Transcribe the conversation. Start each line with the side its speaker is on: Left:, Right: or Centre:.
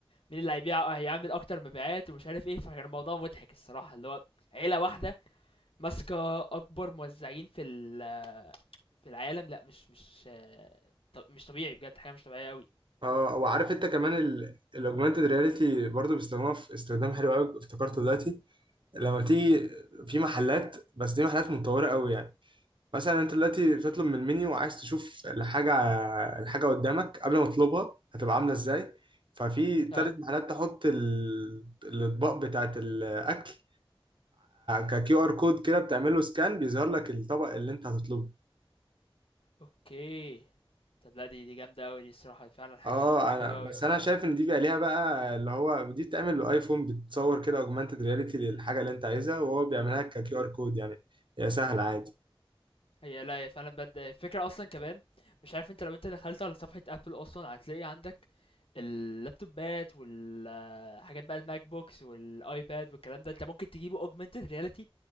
Left: مين اللي هيبيع هيعمل اكتر مبيعات ومش عارف ايه فكان الموضوع مضحك الصراحه اللي هو عيله واحده ماسكه اكبر موزعين في ال- في العالم لا مش مش آه، ط- مش طبيعي بجد حاجه مش طبيعيه قوي
Right: اه وعارف انت كمان الاوجمانتد رياليتي برضو بيستخدموها في استخدام حلو قوي افتكرته دلوقتي لما تيجي في محلات بس دي محلات متطورة قوي يعني مثلا انت دلوقتي بتطلب من المنيو وعايز تشوف الحاجة الحاجة قدامك قبل ما تطلبها هتبقى عاملة ازاي ففي تالت
Left: اه
Right: محلات تحط ال- الأطباق بتاعت الأكل ككيو ار كود كده بتعمله سكان بيظهر لك الطبق اللي انت هتطلبه
Left: اوكي طب لا دي دي جامده قوي دي الصراحه فعلا حاجه
Right: اه
Left: حاجه حلوه
Right: انا بس
Left: قوي
Right: انا شايف ان دي بقى ليها بقى اللي هو دي بتعمل بالايفون بتصور كده اوجمانتد رياليتي للحاجه اللي انت عايزها وهو بيعملها ككيو ار كود يعني هي سهله عادي
Left: هي لا هي فعلًا بجد الفكرة أصلًا كمان مش عارف أنت لو أنت دخلت على صفحة Apple أصلًا هتلاقي عندك اللابتوبات والحاجات بقى الMac books والiPad والكلام ده، أنت ممكن تجيبه augmented reality